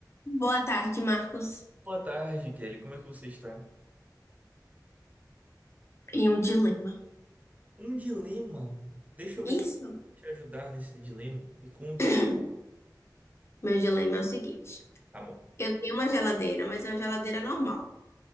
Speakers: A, on the left (about 35°); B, on the right (about 20°).
A: Boa tarde, Marcos.
B: Boa tarde, Kelly. Como é que você está? Tudo-
A: Em um dilema.
B: Um dilema. Deixa eu
A: Isso.
B: ver se eu posso te ajudar nesse dilema. Me conte.
A: <coughs> Meu dilema é o seguinte:
B: Tá bom.
A: eu tenho uma geladeira, mas é uma geladeira normal.